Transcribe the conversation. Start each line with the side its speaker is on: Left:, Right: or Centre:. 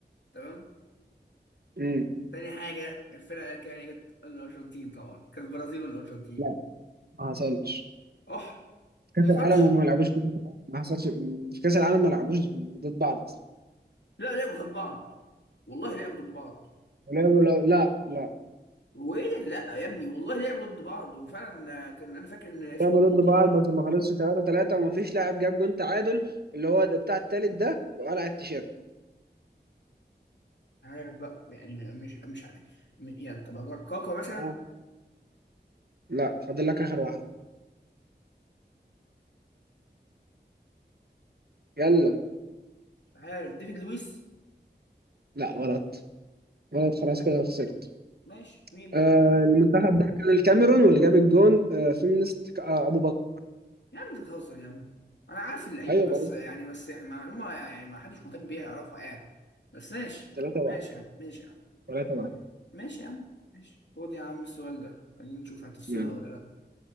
Left: تمام
Right: امم
Left: تاني حاجة الفرقة اللي كانت جت الأرجنتين طبعا كانت البرازيل والأرجنتين
Right: لا ما حصلش
Left: أح
Right: في كاس
Left: حصلش
Right: العالم وما لعبوش في كاس العالم ما حصلش في كاس العالم ما لعبوش ضد بعض اصلا
Left: لا لعبوا ضد بعض والله لعبوا ضد بعض
Right: ولعبوا لو... لا لا
Left: وإيه لا يا ابني والله لعبوا ضد بعض وفعلا آه، كان أنا فاكر إن اسمه
Right: لعبوا
Left: ده مالديني
Right: ضد بعض بس ما خلصش 3 3 وما فيش لاعب جاب جون تعادل اللي هو بتاع التالت ده وقلع التيشيرت
Left: عارف بقى يعني مش مش عارف م- يعني طب أجر- كاكا مثلا
Right: ها لا فاضل لك اخر واحد يلا
Left: عارف ديفيد لويس
Right: لا غلط غلط خلاص كده خسرت
Left: ماشي مين بقى
Right: آه المنتخب ده كان الكاميرون واللي جاب الجون آه فيمينيست ك- آه ابو بكر
Left: يا عم أنت بتهزر يا عم أنا عارف اللعيب
Right: ايوه بقول
Left: بس يعني بس يعني معلومة يعني ما حدش مهتم بيها يعرفها يعني بس ماشي
Right: 3 1
Left: ماشي يا عم ماشي يا عم
Right: 3 1
Left: ماشي يا عم ماشي خد يا عم السؤال ده خلينا نشوف هتفصلها
Right: يعني
Left: ولا لا